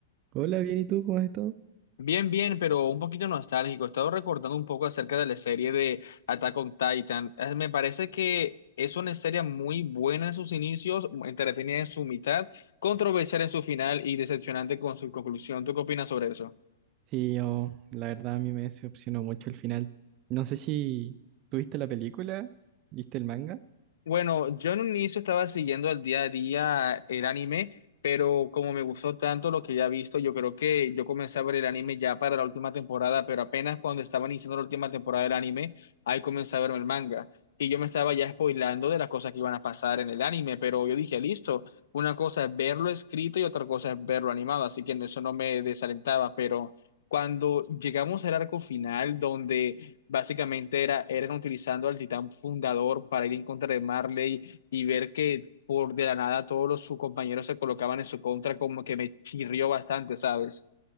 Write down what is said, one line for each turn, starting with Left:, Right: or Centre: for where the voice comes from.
Right: Hola, bien, ¿y tú cómo has estado?
Left: Bien, bien, pero un poquito nostálgico. He estado recordando un poco acerca de la serie de Attack on Titan. Eh, Me parece que es una serie muy buena en sus inicios, entretenida en su mitad, controversial en su final y decepcionante con su conclusión. ¿Tú qué opinas sobre eso?
Right: Sí, yo, la verdad, a mí me decepcionó mucho el final. No sé si tuviste la película, viste el manga.
Left: Bueno, yo en un inicio estaba siguiendo al día a día el anime, pero como me gustó tanto lo que ya he visto, yo creo que yo comencé a ver el anime ya para la última temporada, pero apenas cuando estaba iniciando la última temporada del anime, ahí comencé a ver el manga. Y yo me estaba ya spoilando de las cosas que iban a pasar en el anime, pero yo dije, listo, una cosa es verlo escrito y otra cosa es verlo animado, así que en eso no me desalentaba, pero cuando llegamos al arco final, donde Básicamente era, eran utilizando al titán fundador para ir en contra de Marley y ver que por de la nada todos los- sus compañeros se colocaban en su contra, como que me chirrió bastante, ¿sabes?